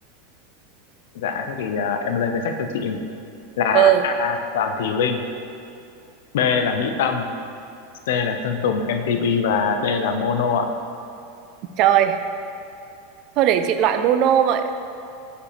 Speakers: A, on the left; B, on the right.
A: dạ thế thì à, em lên danh sách cho chị là
B: Ừ,
A: A Hoàng Thùy Linh B là Mỹ Tâm C là Sơn Tùng MTP và D là Mono ạ
B: trời. Thôi để chị loại mono vậy.